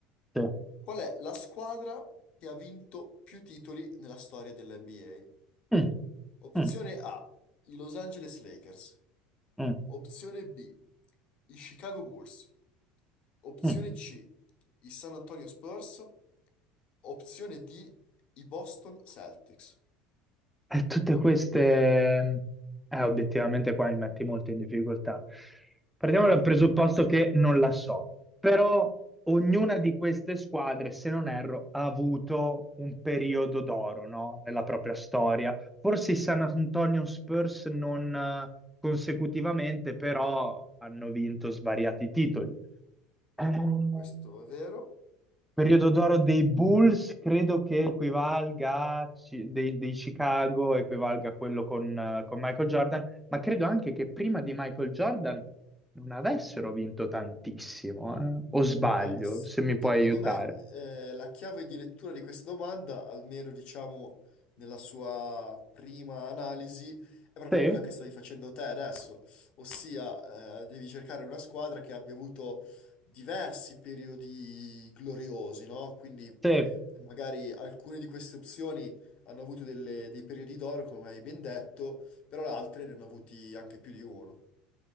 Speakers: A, in the centre; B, on the left.
A: Sì.
B: Qual è la squadra che ha vinto più titoli nella storia dell'NBA?
A: Mm,
B: Opzione
A: mm.
B: A, i Los Angeles Lakers.
A: Mm,
B: Opzione B, i Chicago Bulls. Opzione
A: mm.
B: C, i San Antonio Spurs. Opzione D, i Boston Celtics.
A: E tutte queste, eh, obiettivamente qua mi metti molto in difficoltà. Partiamo
B: Mm,
A: dal presupposto che non la so, però ognuna di queste squadre, se non erro, ha avuto un periodo d'oro, no? Nella propria storia. Forse i San Antonio Spurs non eh, consecutivamente, però hanno vinto svariati titoli. Ehm,
B: questo è vero.
A: Periodo d'oro dei Bulls credo che equivalga a Ci- dei, dei Chicago, equivalga a quello con, eh, con Michael Jordan, ma credo anche che prima di Michael Jordan non avessero vinto tantissimo, eh. O sbaglio,
B: Ma s-
A: se mi puoi
B: secondo
A: aiutare.
B: me, eh, la chiave di lettura di questa domanda, almeno diciamo nella sua prima analisi, è proprio
A: Sì,
B: quella che stavi facendo te adesso, ossia, eh, devi cercare una squadra che abbia avuto diversi periodi gloriosi, no? Quindi
A: sì.
B: eh, magari alcune di queste opzioni hanno avuto delle- dei periodi d'oro, come hai ben detto, però le altre ne hanno avuti anche più di uno.